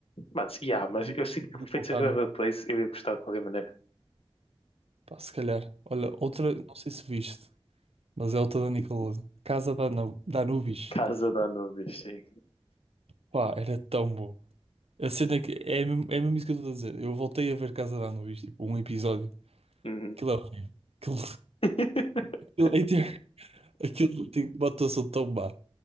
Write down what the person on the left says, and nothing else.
Mas, yeah, mas
eu sinto que
Feiticeiros
do
Waverly Place eu ia gostar de qualquer maneira.
Casa da Anubis, sim.
Uhum.
<laughs>